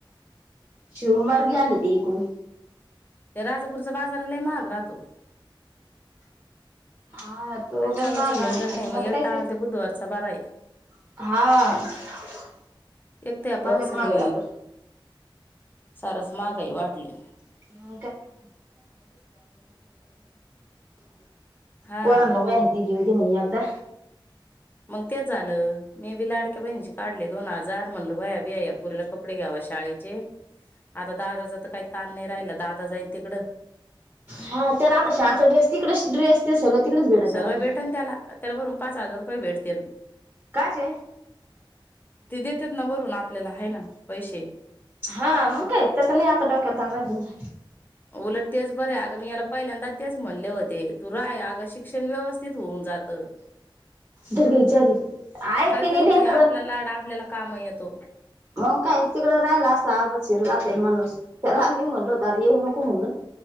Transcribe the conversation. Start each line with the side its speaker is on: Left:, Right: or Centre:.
Right: शिरूरमार्गी आले ते इकडून.
Left: ते राजापूरच्या बाजाराला महाग राहतो.
Right: हा तो
Left: काही चवाचा
Right: घण मागेल,
Left: बाजार नाही
Right: मग आता काय
Left: एक टायमाला
Right: करते.
Left: ते बुधवारचा बारा आहे
Right: हा
Left: एक तर या
Right: पहिले
Left: पावसाने,
Right: मागे आता
Left: सारच महागाई वाढली.
Right: <inaudible>
Left: हा
Right: पोरांना वह्या न ते घेवूदे म्हटला एकदा.
Left: मग तेच झालं मे बी लाडक्या बहिणीचे काढले दोन हजार म्हणल वह्या, बीया येतं. पुरीला कपडे घ्याव शाळेचे, आता दादाच तर काय ताण नाही राहिला दादा जाईन तिकडं.
Right: हा त्याला आता शालाचं ड्रेस तिकडेचं ड्रेस ते सगळे तिकडेच भेटन
Left: सगळं
Right: त्याला आता.
Left: भेटन त्याला त्याला भरून पाच हजार रुपये भेटतील.
Right: काचे?
Left: ते देतेत ना वरून आपल्याला आहे ना पैसे.
Right: हा मग काय त्याचा नाही आता डोक्याला ताप राहिला.
Left: उलट तेच बरं अगं मी याला पहिल्यांदा तेच म्हणले होते तू राय अगं शिक्षण व्यवस्थित होऊन जातं.
Right: धर ग हिच्या आधी ऐक
Left: काय
Right: तिने
Left: करते
Right: लेकरन
Left: आपल्यालाड आपल्याला काम येतो.
Right: मग काय तिकडं राहिला असता आग शिरलाातय माणूस त्याला आम्ही म्हणलो तर येऊ नको म्हणल.